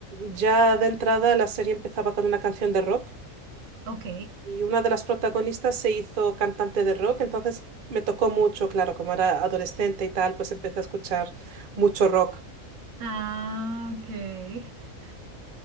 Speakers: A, on the right (about 45°); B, on the right (about 65°).
A: ya de entrada la serie empezaba con una canción de rock.
B: ok.
A: Y una de las protagonistas se hizo cantante de rock, entonces me tocó mucho, claro, como era adolescente y tal, pues empecé a escuchar mucho rock.
B: Ah, ok. <laughs>